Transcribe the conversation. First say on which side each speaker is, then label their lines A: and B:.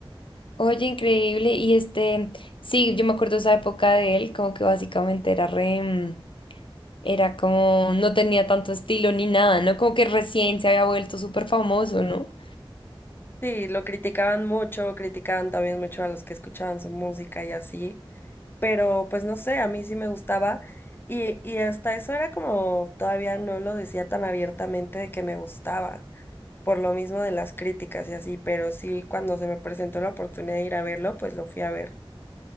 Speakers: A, on the left; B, on the left.
A: Oye, increíble. Y este, sí, yo me acuerdo esa época de él, como que básicamente era re, mm, era como, no tenía tanto estilo ni nada, ¿no? Como que recién se había vuelto súper famoso, ¿no?
B: Sí, lo criticaban mucho, criticaban también mucho a los que escuchaban su música y así, pero pues no sé, a mí sí me gustaba y, y hasta eso era como todavía no lo decía tan abiertamente de que me gustaba, por lo mismo de las críticas y así, pero sí cuando se me presentó la oportunidad de ir a verlo, pues lo fui a ver.